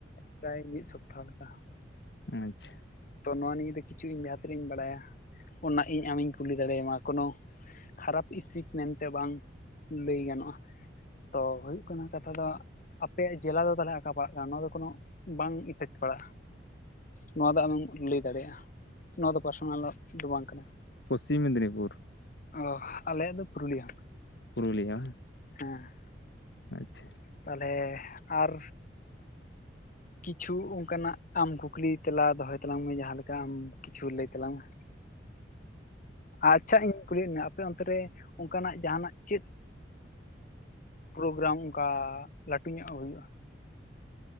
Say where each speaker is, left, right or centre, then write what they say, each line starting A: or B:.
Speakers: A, on the left; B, on the left.
A: ᱯᱨᱟᱭ ᱢᱤᱫ ᱥᱚᱯᱛᱟᱦᱚ ᱞᱮᱠᱟ
B: ᱟᱪᱪᱷᱟ
A: ᱛᱚ ᱱᱚᱣᱟ ᱱᱤᱭᱮ ᱫᱚ ᱠᱤᱪᱷᱩ ᱤᱧ ᱡᱟᱦᱟᱸ ᱛᱤᱱᱟᱹᱜ ᱤᱧ ᱵᱟᱲᱟᱭᱟ ᱚᱱᱟ ᱤᱧ ᱟᱢᱤᱧ ᱠᱩᱞᱤ ᱫᱟᱲᱮᱭᱟᱢᱟ ᱠᱳᱱᱳ ᱠᱷᱟᱨᱟᱯ ᱤᱥᱤᱪ ᱢᱮᱱᱛᱮ ᱵᱟᱝ ᱞᱟᱹᱭ ᱜᱟᱱᱚᱜᱼᱟ ᱛᱚ ᱦᱩᱭᱩᱜ ᱠᱟᱱᱟ ᱠᱟᱛᱷᱟ ᱫᱚ ᱟᱯᱮᱭᱟᱜ ᱡᱮᱞᱟ ᱫᱚ ᱛᱟᱦᱚᱞᱮ ᱟᱠᱟ ᱯᱟᱲᱟᱜ ᱠᱟᱱᱟ ᱱᱚᱣᱟ ᱫᱚ ᱠᱳᱱᱚ ᱵᱟᱝ ᱤᱯᱷᱮᱠᱴ ᱯᱟᱲᱟᱜᱼᱟ ᱱᱚᱣᱟ ᱫᱚ ᱟᱢᱮᱢ ᱞᱟᱹᱭ ᱫᱟᱲᱮᱭᱟᱜᱼᱟ ᱱᱚᱣᱟ ᱫᱚ ᱯᱟᱨᱥᱚᱱᱟᱞ ᱫᱚ ᱵᱟᱝ ᱠᱟᱱᱟ
B: ᱯᱚᱥᱪᱤᱢ ᱢᱮᱫᱽᱱᱤᱯᱩᱨ
A: ᱚ ᱟᱞᱮᱭᱟᱜ ᱫᱚ ᱯᱩᱨᱩᱞᱤᱭᱟᱹ
B: ᱯᱩᱨᱩᱞᱤᱭᱟ
A: ᱦᱮᱸ
B: ᱟᱪᱪᱷᱟ
A: ᱛᱟᱞᱦᱮ ᱟᱨ ᱠᱤᱪᱷᱩ ᱚᱱᱠᱟᱱᱟᱜ ᱟᱢ ᱠᱩᱠᱞᱤ ᱛᱮᱞᱟ ᱫᱚᱦᱚᱭ ᱛᱟᱞᱟᱝ ᱢᱮ ᱡᱟᱦᱟᱸ ᱞᱮᱠᱟ ᱟᱢ ᱠᱤᱪᱷᱩ ᱞᱟᱹᱭ ᱛᱟᱞᱟᱝ ᱢᱮ ᱟᱪᱪᱷᱟ ᱤᱧ ᱠᱩᱞᱤᱭᱮᱫ ᱢᱮᱭᱟ ᱟᱯᱮ ᱚᱱᱛᱮ ᱨᱮ ᱚᱱᱠᱟᱱᱟᱜ ᱡᱟᱦᱟᱱᱟᱜ ᱪᱮᱫ ᱯᱨᱳᱜᱨᱟᱢ ᱚᱱᱠᱟ ᱞᱟᱹᱴᱩ ᱧᱚᱜ ᱦᱩᱭᱩᱜᱼᱟ